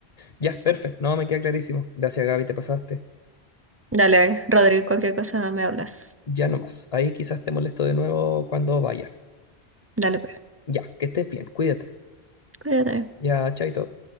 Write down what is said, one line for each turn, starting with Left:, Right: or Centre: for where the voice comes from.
Left: Ya, perfecto. No, me queda clarísimo. Gracias, Gaby, te pasaste.
Right: Dale, Rodrigo, cualquier cosa me hablas.
Left: Ya nomás. Ahí quizás te molesto de nuevo cuando vaya.
Right: Dale, pues.
Left: Ya, que estés bien, cuídate.
Right: Cuídate.
Left: Ya, chaito.